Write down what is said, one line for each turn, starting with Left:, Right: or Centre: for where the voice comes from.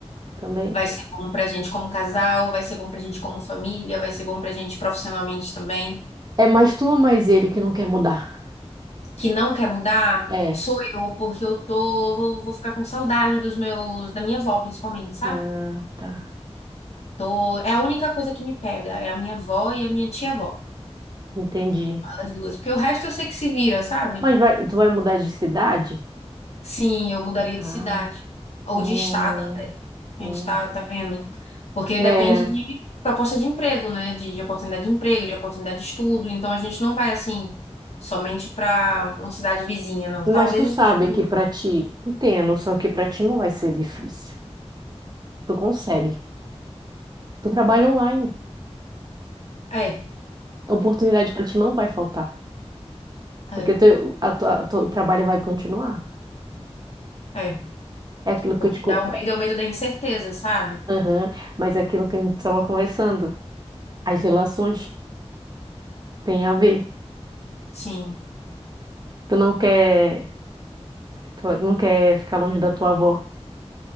Right: também?
Left: vai ser bom pra gente como casal, vai ser bom pra gente como família, vai ser bom pra gente profissionalmente também.
Right: É mais tu ou mais ele que não quer mudar?
Left: Que não quer mudar
Right: É.
Left: sou eu, porque eu tô vou, vou ficar com saudade dos meus da minha avó principalmente, sabe?
Right: Ah, tá.
Left: Tô, é a única coisa que me pega, é a minha avó e a minha tia-avó.
Right: Entendi.
Left: As duas. Porque o resto eu sei que se vira, sabe?
Right: Mas vai, tu vai mudar de cidade?
Left: Sim, eu mudaria
Right: Tá.
Left: de cidade. Ou
Right: Hum,
Left: de estado até. A
Right: é.
Left: gente tá, tá vendo. Porque
Right: É,
Left: depende de proposta de emprego, né? De, de oportunidade de emprego, de oportunidade de estudo. Então a gente não vai assim, somente para uma cidade vizinha, não. Talvez
Right: mas tu sabe
Left: a gente mude.
Right: que pra ti, tu tem a noção que pra ti não vai ser difícil. Tu consegue. Tu trabalha online.
Left: É,
Right: Oportunidade pra ti não vai faltar. Porque
Left: é,
Right: teu, a tua- teu trabalho vai continuar.
Left: é.
Right: É aquilo
Left: O
Right: que eu te,
Left: que
Right: co-
Left: dá o medo é o medo da incerteza, sabe?
Right: Aham, Mas é aquilo que a gente estava conversando, as relações têm a ver.
Left: Sim,
Right: Tu não quer, tu não quer ficar longe da tua avó.